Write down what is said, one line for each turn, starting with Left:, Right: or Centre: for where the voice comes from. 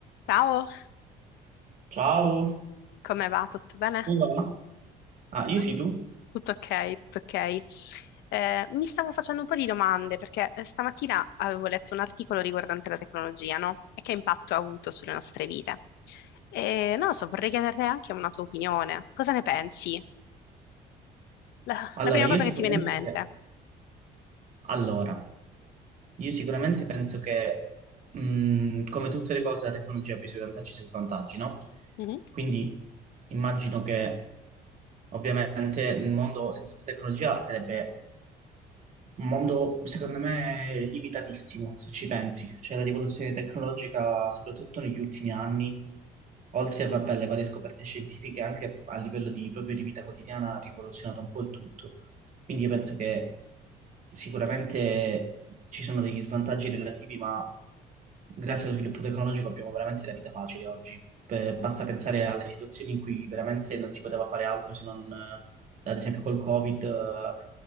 Left: Ciao,
Right: Ciao,
Left: come va? Tutto bene?
Right: come va? Ah, io
Left: Eh?
Right: sì, tu?
Left: Tutto ok, tutto ok. Eh, mi stavo facendo un po' di domande perché eh, stamattina avevo letto un articolo riguardante la tecnologia, no? E che impatto ha avuto sulle nostre vite. E non lo so, vorrei chiedere anche una tua opinione. Cosa ne pensi? La,
Right: Allora,
Left: la prima
Right: io
Left: cosa
Right: sicuramente,
Left: che ti viene in mente.
Right: allora, io sicuramente penso che, mh, come tutte le cose, la tecnologia abbia i suoi vantaggi e i suoi svantaggi, no?
Left: Mhm.
Right: Quindi immagino che, ovviamente, il mondo senza tecnologia sarebbe Un mondo, secondo me, limitatissimo, se ci pensi. Cioè, la rivoluzione tecnologica, soprattutto negli ultimi anni, oltre a, vabbè, le varie scoperte scientifiche, anche a livello di, proprio di vita quotidiana, ha rivoluzionato un po' il tutto. Quindi io penso che sicuramente ci sono degli svantaggi relativi, ma grazie allo sviluppo tecnologico abbiamo veramente la vita facile oggi. Per- basta pensare alle situazioni in cui veramente non si poteva fare altro se non, eh, ad esempio, col Covid. eh,